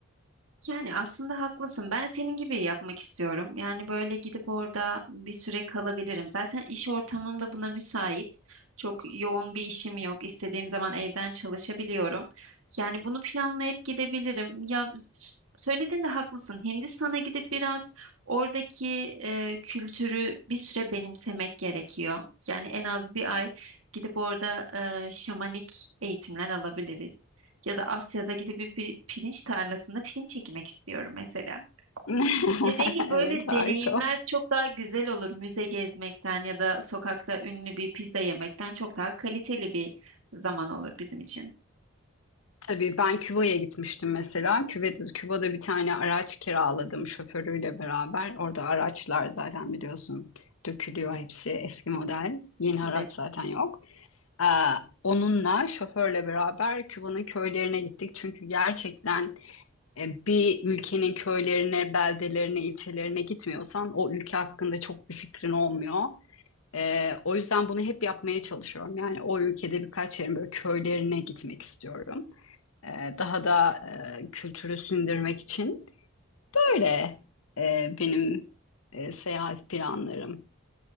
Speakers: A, on the right; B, on the left.
A: Yani aslında haklısın. Ben senin gibi yapmak istiyorum. Yani böyle gidip orada bir süre kalabilirim. Zaten iş ortamım da buna müsait. Çok yoğun bir işim yok. İstediğim zaman evden çalışabiliyorum. Yani bunu planlayıp gidebilirim. Ya s- söylediğinde haklısın. Hindistan'a gidip biraz oradaki e, kültürü bir süre benimsemek gerekiyor. Yani en az bir ay gidip orada e, şamanik eğitimler alabiliriz. Ya da Asya'da gidip bir pi- pirinç tarlasında pirinç ekmek istiyorum mesela.
B: <laughs>
A: Dediğim gibi böyle
B: Evet, harika.
A: deneyimler çok daha güzel olur. Müze gezmekten ya da sokakta ünlü bir pizza yemekten çok daha kaliteli bir zaman olur bizim için.
B: Tabii ben Küba'ya gitmiştim mesela. Küba'da, Küba'da bir tane araç kiraladım şoförüyle beraber. Orada araçlar zaten biliyorsun dökülüyor hepsi eski model. Yeni
A: Evet.
B: araç zaten yok. Ee, onunla şoförle beraber Küba'nın köylerine gittik. Çünkü gerçekten e, bir ülkenin köylerine, beldelerine, ilçelerine gitmiyorsan o ülke hakkında çok bir fikrin olmuyor. Ee, o yüzden bunu hep yapmaya çalışıyorum. Yani o ülkede birkaç yerin böyle köylerine gitmek istiyorum e, daha da e, kültürü sindirmek için. Böyle e, benim e, seyahat planlarım.